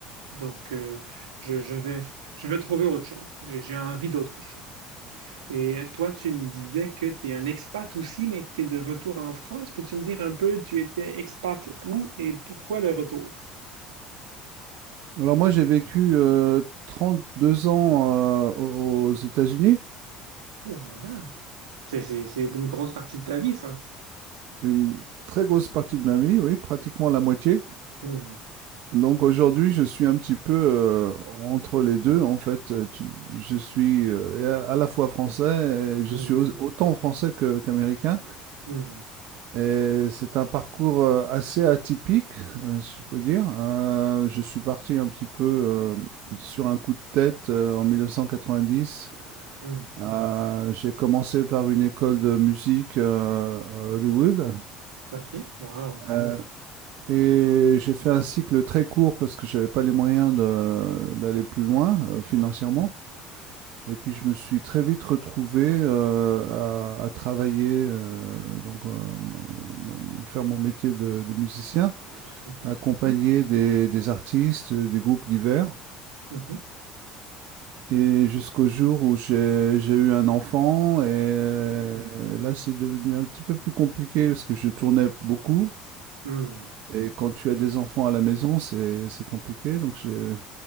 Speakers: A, on the right (about 80°); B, on the right (about 65°).
A: Donc, euh, je, je vais, je vais trouver autre chose. J'ai j'ai envie d'autre chose. Et toi, tu me disais que tu es un expat aussi, mais que tu es de retour en France. Peux-tu me dire un peu, tu étais expat où et pourquoi le retour?
B: Alors moi, j'ai vécu euh, deux ans euh, aux aux États-Unis,
A: Oh là là, c'est c'est- c'est une grosse partie de ta vie, ça.
B: une très grosse partie de ma vie, oui, pratiquement la moitié.
A: Hmm,
B: Donc aujourd'hui, je suis un petit peu euh, entre les deux. En fait, Euh, tu- je suis euh, à à la fois français, et je
A: hmm,
B: suis au- autant français que- qu'américain.
A: hmm,
B: Et c'est un parcours euh, assez atypique, euh, si je peux dire. Euh, je suis parti un petit peu euh, sur un coup de tête euh, en 1990.
A: hmm.
B: Euh, j'ai commencé par une école de musique euh, à Hollywood
A: OK, wow.
B: euh, et j'ai fait un cycle très court parce que j'avais pas les moyens de- d'aller plus loin
A: Ouais,
B: euh, financièrement.
A: ouais.
B: Et puis je me suis très vite retrouvé euh, à, à travailler, euh, donc euh, m- m- faire mon métier de, de musicien,
A: Mhm,
B: accompagner des, des artistes, des groupes divers.
A: mhm,
B: Et jusqu'au jour où j'ai j'ai eu un enfant, et euh, là c'est devenu un petit peu plus compliqué parce que je tournais beaucoup.
A: hmm,
B: Et quand tu as des enfants à la maison, c'est c'est compliqué. Donc je-